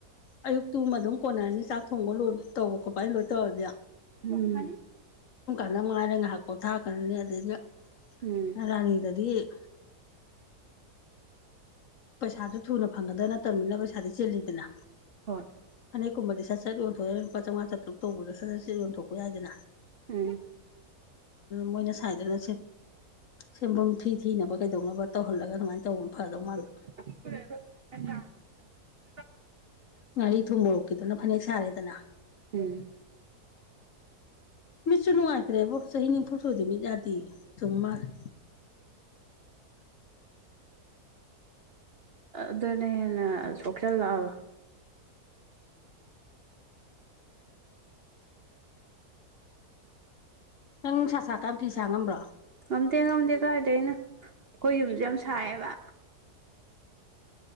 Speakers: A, on the left; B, on the right.
A: ꯑꯌꯨꯛꯇꯨꯃ ꯗꯨꯝ ꯀꯣꯅꯔꯅꯤ ꯆꯥꯛ ꯊꯣꯡꯕ ꯂꯣꯏꯕ ꯇꯧꯕ ꯈꯣꯠꯄꯠ ꯑꯩ ꯂꯣꯏ ꯇꯧꯔꯗꯤ
B: ꯎꯝ
A: ꯂꯝꯒꯥꯡ ꯗꯥ ꯉꯥꯛ ꯄꯣꯊꯒꯔꯥꯅꯤ ꯑꯗꯩ
B: ꯎꯝ
A: ꯗꯤ <inaudible> ꯄꯩꯁꯥꯗꯣ ꯊꯨꯅꯥ ꯐꯪ ꯒꯗꯧ ꯅꯠ ꯇꯥꯕꯅꯤꯅꯥ ꯄꯩꯁꯗꯣ ꯆꯤꯟꯂꯤꯗꯅ
B: ꯍꯣꯏ
A: ꯐꯥꯅꯦꯛ ꯀꯨꯝꯕꯗꯤ ꯁꯠ ꯁꯠ ꯌꯣꯟꯊꯣꯛ ꯑꯒꯥ ꯂꯨꯄꯥ ꯆꯧꯉꯥ ꯆꯇꯔꯨꯛ ꯁꯠ ꯁꯠ ꯌꯣꯟꯊꯣꯛꯄ ꯌꯥꯏꯗꯅ
B: ꯎꯝ
A: ꯃꯣꯏꯅꯥ ꯁꯥꯏꯗꯨꯅ ꯁꯦꯟꯕꯨꯝ ꯐꯤ ꯊꯤꯅꯕꯥ ꯀꯩꯗꯧꯅꯕꯥ ꯑꯗꯨꯃꯥꯏ ꯇꯧꯕꯅꯥ ꯐꯥꯗꯧ ꯃꯥꯜꯂꯦ
B: <inaudible>
A: ꯉꯥꯔꯤ ꯊꯨꯝ ꯃꯣꯔꯣꯛ ꯀꯤꯗꯨ ꯅꯥ ꯐꯅꯦꯛ ꯁꯔꯦꯗꯅ
B: ꯎꯝ
A: ꯃꯤꯠꯁꯨ ꯅꯨꯡꯉꯥꯏꯇꯔ꯭ꯦꯕꯣ ꯆꯍꯤ ꯅꯤꯐꯨ ꯁꯨꯔꯗꯤ ꯃꯤꯠ ꯌꯗꯦꯌꯦ ꯆꯨꯝ ꯃꯥꯜꯂꯦ
B: ꯑꯗꯨꯅ ꯍꯦꯟ ꯅꯥ ꯁꯣꯛꯆꯜ ꯂꯛ ꯑꯕꯥ
A: ꯅꯪ ꯅꯨꯡꯁꯥ ꯁꯔꯥ ꯀꯥꯟꯗꯥ ꯐꯤ ꯁꯥꯕ ꯉꯝꯕꯔꯣ
B: ꯉꯝꯗꯦ ꯉꯝꯗꯦ ꯀꯥꯏꯗꯩꯩ ꯅꯣ ꯑꯩꯈꯣꯏ ꯌꯨꯝꯖꯦ ꯌꯥꯝ ꯁꯥꯌꯦꯕꯥ